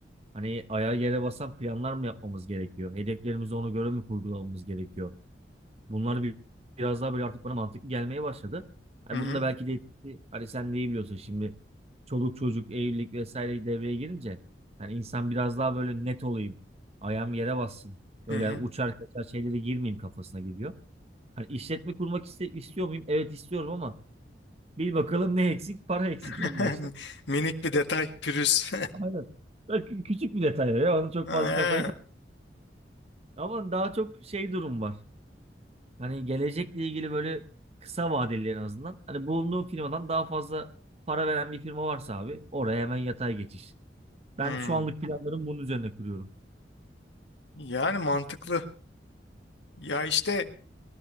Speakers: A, on the right; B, on the left.
A: hani ayağa yere basan planlar mı yapmamız gerekiyor? Hedeflerimizi ona göre mi kurgulamamız gerekiyor? Bunlar bir, biraz daha böyle artık bana mantıklı gelmeye başladı. Hani
B: Hı hı.
A: bunu da belki de hani sen de iyi biliyorsun şimdi çoluk çocuk evlilik vesaire devreye girince hani insan biraz daha böyle net olayım. Ayağım yere bassın.
B: Hı
A: Öyle
B: hı.
A: uçar kaçar şeylere girmeyeyim kafasına geliyor. Hani işletme kurmak iste istiyor muyum? Evet istiyorum ama bil bakalım ne eksik? Para eksik
B: <laughs>
A: en başta.
B: Minik bir detay pürüz.
A: Aynen. Bak, Küçük bir detay ya. Onu çok
B: <laughs> Aynen.
A: fazla kafaya tak. Ama daha çok şey durum var. Hani gelecekle ilgili böyle kısa vadeli en azından. Hani bulunduğum firmadan daha fazla para veren bir firma varsa abi oraya hemen yatay geçiş. Ben
B: Hmm.
A: şu anlık planlarım bunun üzerine kuruyorum.
B: Yani mantıklı. Ya işte